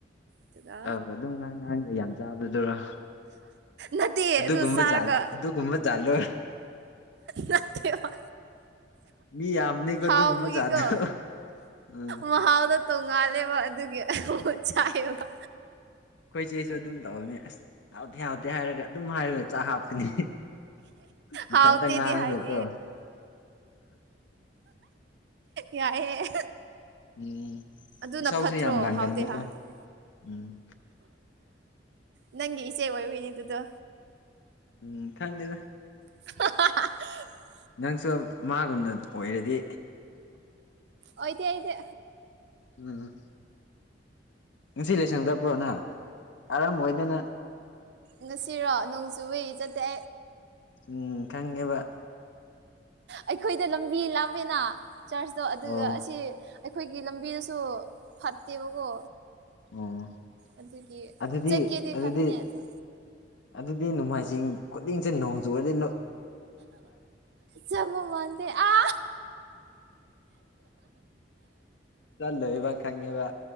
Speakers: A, on the right (about 60°); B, on the left (about 75°).
A: ꯑꯗꯨꯒ
B: ꯑꯥꯎ ꯑꯗꯨꯝ ꯉꯥꯡ ꯉꯥꯡꯒ ꯌꯥꯝ ꯆꯥꯕꯗꯨꯔꯣ
A: ꯅꯠꯇꯦ
B: ꯑꯗꯨꯒꯨꯝꯕ
A: ꯑꯗꯨ ꯆꯥꯔꯒ
B: ꯖꯥꯠ ꯑꯗꯨꯒꯨꯝꯕ ꯖꯥꯠꯂꯣ
A: ꯅꯅꯥ
B: ꯃꯤ ꯌꯥꯝꯕꯅꯤꯀꯣ
A: ꯍꯥꯎꯥꯎꯕꯨꯒꯤ
B: ꯑꯗꯨꯒꯨꯝꯕ ꯖꯥꯠꯇꯣ
A: ꯀ
B: ꯎꯝ
A: ꯃꯍ ꯍꯥꯎꯗ ꯇꯣꯡꯉꯥꯜꯂꯦꯕ ꯑꯗꯨꯒꯤꯣꯠ ꯆꯥꯏꯑꯕ
B: ꯑꯩꯈꯣꯏꯆꯦꯁꯨ ꯑꯗꯨꯝ ꯇꯧꯅꯤ ꯑꯁ ꯍꯥꯎꯗꯦ ꯍꯥꯎꯗꯦ ꯍꯥꯏꯔꯒ ꯑꯗꯨꯝ ꯍꯥꯏꯔꯒ ꯆꯥꯛ ꯍꯥꯞꯀꯅꯤ ꯃꯊꯟꯇ
A: ꯍꯥꯎꯇꯦꯗꯤ
B: ꯉꯥꯡꯉꯒꯦꯀꯣ
A: ꯍꯥꯏꯗꯦ
B: ꯑ
A: ꯌꯥꯏꯏꯦ
B: ꯎꯝ
A: ꯑꯗꯨꯅ
B: ꯏꯁꯧꯁꯨ
A: ꯐꯠꯇ꯭ꯔꯣ
B: ꯌꯥꯝ ꯂꯥꯡꯒꯟꯕꯀꯣ
A: ꯍꯥꯎꯇꯦ ꯍꯥꯎꯇꯦ
B: ꯎꯝ
A: ꯅꯪꯒꯤ ꯏꯆꯦ ꯑꯣꯏꯔꯨꯅꯦ ꯑꯗꯨꯗ
B: ꯎꯝ ꯈꯪꯗꯗ
A: <unintelligible>
B: ꯅꯪꯁꯨ ꯃꯥꯒꯨꯝꯅ ꯑꯣꯏꯔꯗꯤ
A: ꯑꯣꯏꯗꯤ ꯑꯩꯗꯤ
B: ꯎꯝ ꯉꯁꯤ ꯂꯩꯁꯪ ꯆꯠꯄ꯭ꯔꯣꯅ ꯀꯔꯝ ꯑꯣꯏꯣꯏꯗꯅ
A: ꯉꯁꯤꯔꯣ ꯅꯣꯡ ꯆꯨꯕꯏ ꯆꯠꯇꯦ
B: ꯎꯝ ꯈꯪꯉꯦꯕ
A: ꯑꯩꯈꯣꯏꯗ ꯂꯝꯕꯤ ꯂꯥꯞꯃꯦꯅ ꯆꯥꯔꯖꯇꯣ ꯑꯗꯨꯒ
B: ꯑꯣ
A: ꯑꯁꯤ ꯑꯩꯈꯣꯏꯒꯤ ꯂꯝꯕꯤꯗꯁꯨ ꯐꯠꯇꯦꯕꯀꯣ
B: ꯑꯣ
A: ꯑꯗꯨꯒꯤ
B: ꯑꯗꯨꯗꯤ
A: ꯆꯠꯀꯦꯗꯤ
B: ꯑꯗꯨꯗꯤ
A: ꯈꯕꯅꯦ ꯑꯗꯣ
B: ꯑꯗꯨꯗꯤ ꯅꯣꯡꯃꯥꯏꯖꯤꯡ ꯈꯨꯗꯤꯡꯁꯦ ꯅꯣꯡꯖꯨꯨꯔꯗꯤ
A: ꯆꯃ ꯃꯣꯟꯗ ꯑ <inaudible>
B: ꯆꯜꯗꯦ ꯏꯕ ꯈꯪꯕ